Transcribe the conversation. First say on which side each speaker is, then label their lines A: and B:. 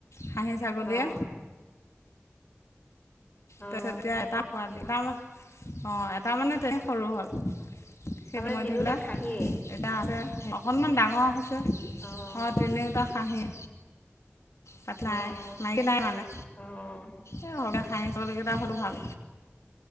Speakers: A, on the left; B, on the left.
A: খাছী ছাগলীয়ে
B: অ', অ',
A: ত ' তেতিয়া এটা পোৱালি তাৰ অঁ, এটা মানে তেনে সৰু হ'ল। সেইটো
B: তাৰমানে
A: মৰি
B: তিনিওটা
A: থাকিলে।
B: খাহীয়ে,
A: এটা আছে অকণমান ডাঙৰ হৈ ছে।
B: অ',
A: অঁ, তিনিওটা খাছীয়ে। পাতি নাই।
B: অ',
A: মাইকী নাই মানে,
B: অ',
A: এই সৰুতে খাই পোৱালি কেইইটা হ'লেও ভাল।